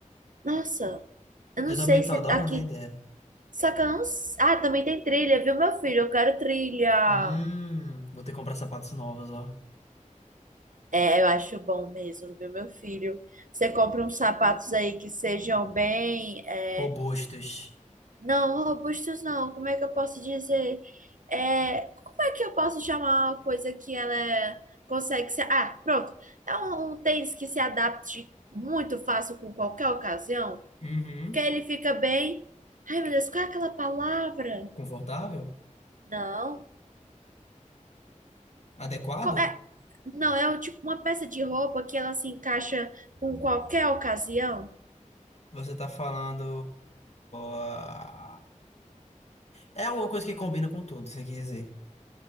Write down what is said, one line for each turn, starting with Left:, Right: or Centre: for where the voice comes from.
Right: Nossa, eu não
Left: Eu
Right: sei
Left: também
Right: se
Left: tô adorando
Right: aqui.
Left: a ideia.
Right: Só que eu não. s- Ah, também tem trilha, viu, meu filho? Eu quero trilha.
Left: Hum, vou ter que comprar sapatos novos, ó.
Right: É, eu acho bom mesmo, viu, meu filho? Você compra uns sapatos aí que sejam bem. é,
Left: Robustos.
Right: Não, robustos não. Como é que eu posso dizer? É, Como é que eu posso chamar uma coisa que ela é- consegue se. Ah, pronto. É um, um tênis que se adapte muito fácil com qualquer ocasião,
Left: Uhum.
Right: porque ele fica bem. Ai, meu Deus, qual é aquela palavra?
Left: Confortável?
Right: Não.
Left: Adequado?
Right: Co- é- Não, é um tipo uma peça de roupa que ela se encaixa com qualquer ocasião.
Left: Você tá falando. ah, É alguma coisa que combina com tudo, você quer dizer.